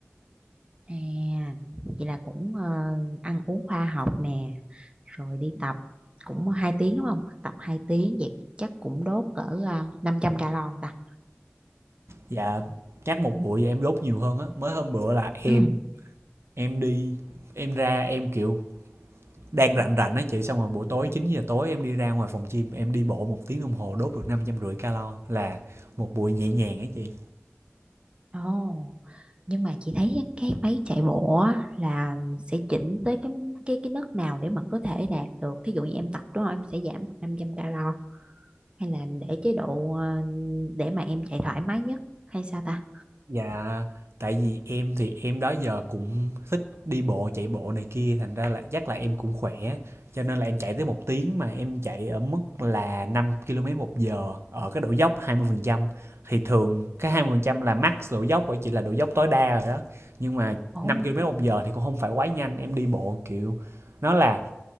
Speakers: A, on the right; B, on the right.
A: à, vậy là cũng ờ, ăn uống khoa học nè, rồi đi tập cũng 2 tiếng đúng không? Tập 2 tiếng vậy chắc cũng đốt cỡ ờ, 500 calo không ta.
B: Dạ, chắc một bụi em đốt nhiều hơn á. Mới hôm bữa là em
A: Ừ.
B: em đi em ra em kiểu đang rảnh rảnh á chị xong rồi buổi tối 9 giờ tối em đi ra ngoài phòng gym em đi bộ một tiếng đồng hồ đốt được năm trăm rưỡi calo là một buổi nhẹ nhàng á chị.
A: Ồ, nhưng mà chị thấy cái máy chạy bộ á là sẽ chỉnh tới cái cái cái mức nào để mà có thể đạt được. Thí dụ như em tập đúng không? Em sẽ giảm năm trăm calo hay là để chế độ ờ, để mà em chạy thoải mái nhất hay sao ta
B: Dạ, tại vì em thì em đó giờ cũng thích đi bộ, chạy bộ này kia, thành ra là chắc là em cũng khỏe. Cho nên là em chạy tới một tiếng mà em chạy ở mức là 5 km một giờ ở cái độ dốc hai mươi phần trăm Thì thường cái 20% là max độ dốc, bởi chỉ là độ dốc tối đa rồi đó. Nhưng mà
A: Ồ.
B: 5 km một giờ thì cũng không phải quá nhanh, em đi bộ kiểu nó là